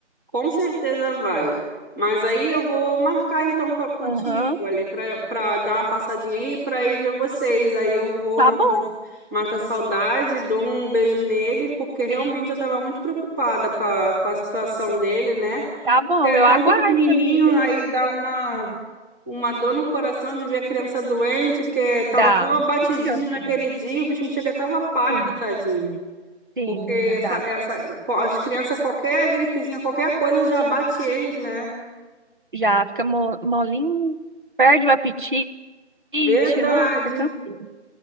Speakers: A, on the right; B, on the right.
A: com certeza vai. Mas aí eu vou marcar então para contigo,
B: Aham,
A: ali para para dar uma passadinha aí, para ir ver vocês. Aí eu vou
B: Tá
A: mata,
B: bom.
A: mata a saudade, dou um beijo nele, porque realmente
B: Sim.
A: eu estava muito preocupada com a, com a situação dele, né?
B: Tá bom,
A: Porque é
B: eu
A: tão
B: aguardo
A: pequenininho,
B: sua visita.
A: aí dá uma
B: Sim.
A: uma dor no coração de ver a criança doente, porque estava
B: Dá.
A: tão abatidinho
B: Pior
A: naquele
B: que dá.
A: dia, o bichinho chega tava pálido,
B: Sim.
A: tadinho.
B: Sim,
A: Porque
B: menina,
A: essa,
B: dá.
A: essa, as crianças, qualquer gripezinha, qualquer coisa já bate eles, né?
B: Já fica mo- molinho, perde o apetite. It,
A: Verdade.
B: nossa, Cancún.